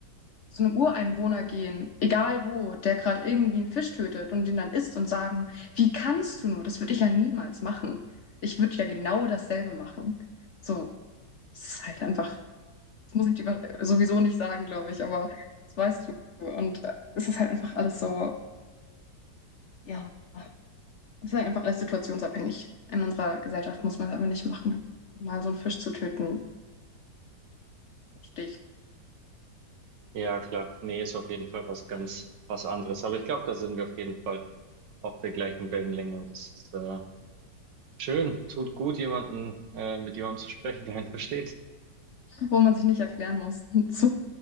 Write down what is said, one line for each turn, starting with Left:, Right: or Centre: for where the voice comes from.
Left: zu einem Ureinwohner gehen, egal wo, der gerade irgendwie einen Fisch tötet und den dann isst und sagen, wie kannst du nur? Das würde ich ja niemals machen. Ich würde ja genau dasselbe machen. So, es ist halt einfach, das muss ich dir über- sowieso nicht sagen, glaube ich, aber das weißt du. Und äh, es ist halt einfach alles so, ja, es ist halt einfach alles situationsabhängig. In unserer Gesellschaft muss man es aber nicht machen. Mal so einen Fisch zu töten, verstehe ich,
Right: Ja, klar. Nee, ist auf jeden Fall was ganz was anderes. Aber ich glaube, da sind wir auf jeden Fall auf der gleichen Wellenlänge und das ist äh, schön. Tut gut, jemanden äh, mit jemandem zu sprechen, der einen versteht.
Left: wo man sich nicht erklären muss. <laughs> So.